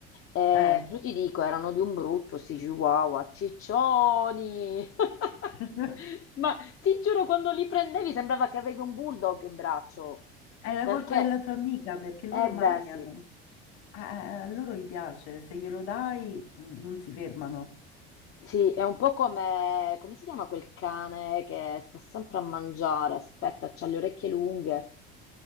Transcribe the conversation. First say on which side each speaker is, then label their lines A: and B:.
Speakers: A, on the left; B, on the left.
A: Eh,
B: eh.
A: però ti dico, erano di un brutto sti chihuahua, ciccioni. <laughs>
B: <laughs>
A: Ma ti giuro, quando li prendevi sembrava che avevi un bulldog in braccio,
B: È la
A: perché...
B: colpa della tua amica perché loro
A: Eh
B: mangiano.
A: beh, sì,
B: Ah, Eh, eh, a loro gli piace, se glielo dai mm, non si fermano.
A: Sì, è un po' come, come si chiama quel cane che sta sempre a mangiare, aspetta, c'ha le orecchie lunghe.